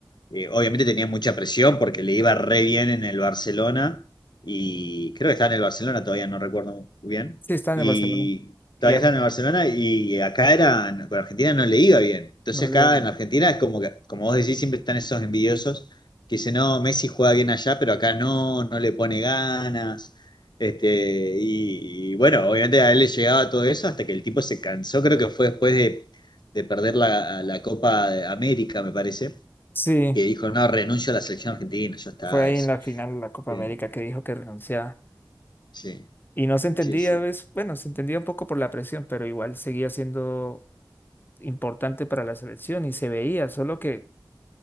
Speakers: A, on the left; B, on the left.
A: Eh, obviamente tenía mucha presión porque le iba re bien en el Barcelona. Y creo que estaba en el Barcelona, todavía no recuerdo muy bien.
B: Sí, está en
A: Y
B: el Barcelona. Y
A: todavía
B: Argentina
A: estaba en el Barcelona y acá era, con Argentina no le iba bien. Entonces
B: no le...
A: acá en Argentina es como que, como vos decís, siempre están esos envidiosos que dicen, no, Messi juega bien allá, pero acá no, no le pone ganas. Este, y, y bueno, obviamente a él le llegaba todo eso hasta que el tipo se cansó, creo que fue después de, de perder la, la Copa de América, me parece,
B: Sí,
A: que dijo, no, renuncio a la selección argentina, ya está.
B: fue ahí
A: dice.
B: en la final de la Copa
A: Sí,
B: América que dijo que renunciaba.
A: sí,
B: Y no se entendía,
A: sí. sí.
B: ¿ves? Bueno, se entendía un poco por la presión, pero igual seguía siendo importante para la selección y se veía, solo que